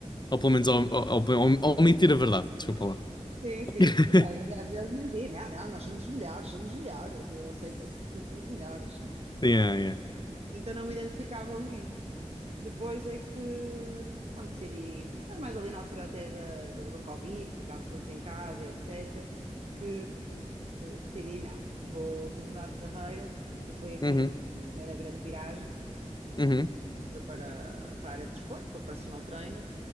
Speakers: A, on the left; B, on the right.
A: ou pelo menos ao, ao, ao, ao mentir a verdade, desculpa lá.
B: Sim, sim,
A: <laughs>
B: sim. Às às vezes menti. Não, não, nós somos os melhores, somos os melhores. Eu sei porque não somos os melhores.
A: Yeah, yeah.
B: Então não me identificava muito. Depois é que, pronto, decidi, foi mais ali na altura até da, do, do Covid, ficámos todos em casa, e etc., que decidi, não, vou, vou mudar de carreira e foi aí que
A: Uhum,
B: fiz a primeira grande viragem,
A: uhum,
B: foi para, para a área de desporto, para personal trainer,